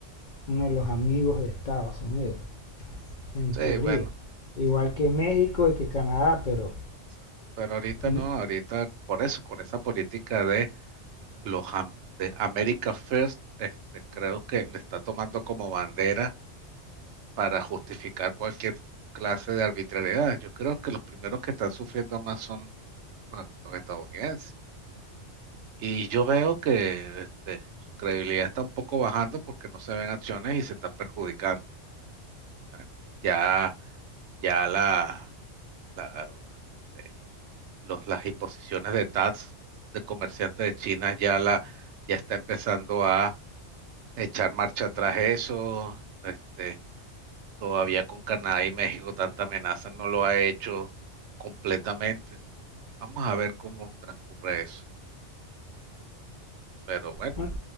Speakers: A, on the left; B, on the right.
A: uno de los amigos de Estados Unidos, en
B: Sí,
A: teoría,
B: bueno,
A: igual que México y que Canadá, pero
B: exacto. pero ahorita
A: mm,
B: no, ahorita por eso, con esa política de los am- de America First, este, creo que le está tomando como bandera para justificar cualquier clase de arbitrariedad. Yo creo que los primeros que están sufriendo más son bueno, los estadounidenses. Y yo veo que este, su credibilidad está un poco bajando porque no se ven acciones y se están perjudicando. Bueno, ya, ya la, la, este, los, las imposiciones de tax de comerciantes de China ya la, ya está empezando a echar marcha atrás eso. Este, Todavía con Canadá y México tanta amenaza no lo ha hecho completamente. Vamos a ver cómo transcurre eso. Pero bueno,
A: bueno,